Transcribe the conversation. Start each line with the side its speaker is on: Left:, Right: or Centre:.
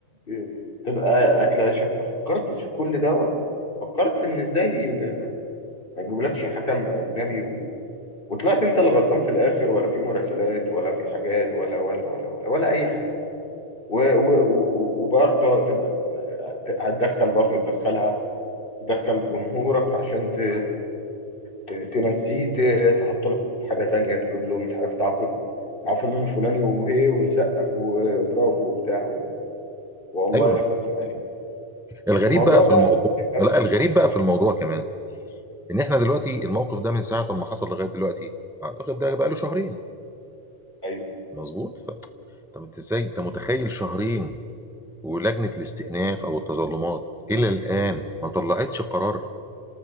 Left: ب- تبقى اكل عشاء ما فكرتش في كل دوت فكرت ان ازاي ما ما- ما يجيبولكش حكم اجنبي وطلعت انت اللي غلطان في الاخر ولا في مراسلات ولا في حاجات ولا ولا ولا ولا ولا اي حاجه و- و- و- وبرضه هتبقى هتدخل برضه تدخلها تدخل جمهورك عشان ت... ت... تنسيه ت- تحط له في حاجه تانية تجيب له مش عارف تعاقد مع فلان الفلاني وهي ونسقف وبرافو وبتاع و... والله
Centre: ايوه
Left: يا خطيب يعني
Centre: الغريب
Left: الموضوع
Centre: بقى في
Left: ده
Centre: الموضوع
Left: خطير قوي
Centre: لا الغريب بقى في الموضوع كمان ان احنا دلوقتي الموقف ده من ساعه ما حصل لغايه دلوقتي اعتقد ده بقى له شهرين
Left: ايوه
Centre: مظبوط ف... طب انت ازاي انت متخيل شهرين ولجنة الاستئناف أو التظلمات إلى الآن ما طلعتش قرار